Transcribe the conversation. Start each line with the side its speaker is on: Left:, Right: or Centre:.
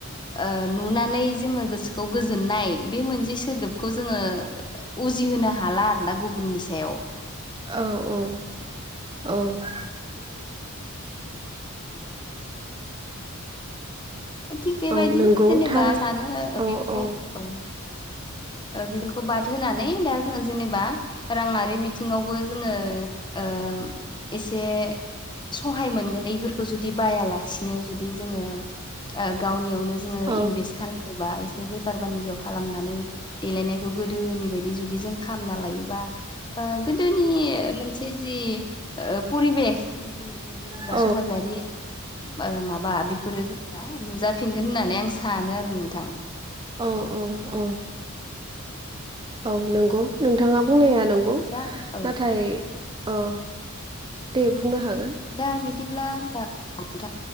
Left: ओ नुनानै जोङो गोसोखौ गोजोननाय बे मोनसे सोदोबखौ जोङो उजिहोनो हाला आरो ना गुबुननि सायाव।
Right: औ औ औ।
Left: थिग बेबायदिनो
Right: औ नंगौ
Left: जेनेबा
Right: थारै
Left: सानो
Right: औ
Left: बेफोरखौ
Right: औ
Left: औ। ओ बेफोरखौ बाद होनोनानै दा जोङो जेनेबा राङारि बिथिङावबो जोङो ओ एसे सहाय मोनगोन बेफोरखौ जुदि बायालासिनो जुदि जोङो ओ गावनियावनो जोङो
Right: औ
Left: इनभेस्ट खालामोबा एसे बेफार बानिज्य खालामनानै देलायनायखौ गोदोनि बायदि जुदि जों खामना लायोबा ओ गोदोनि मोनसे जि ओ परिबेस जि जेनेबा
Right: औ
Left: समाजारि ओ माबा बेफोरो जेनेबा नुजाफिनगोन होननानै आं सानो आरो नोंथां।
Right: औ औ औ औ नोंगौ नोंथाङा बुंनाया नोंगौ।
Left: दा औ
Right: नाथाय औ दे बुंनो हागोन।
Left: दा बिदिब्ला होमबा